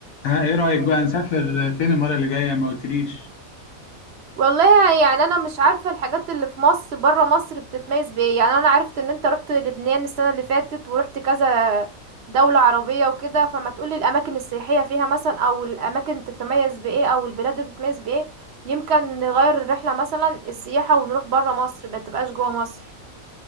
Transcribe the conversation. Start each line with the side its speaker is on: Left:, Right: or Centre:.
Left: ها ايه رأيك بقى نسافر فين المرة اللي جاية ما قلتليش
Right: والله يعني انا مش عارفه الحاجات اللي في مصر بره مصر بتتميز بايه يعني انا عرفت ان انت رحت لبنان السنه اللي فاتت ورحت كذا دوله عربيه وكده فما تقولي الاماكن السياحيه فيها مثلا او الاماكن تتميز بايه او البلاد اللي بتتميز بايه يمكن نغير الرحله مثلا السياحه ونروح بره مصر ما تبقاش جوه مصر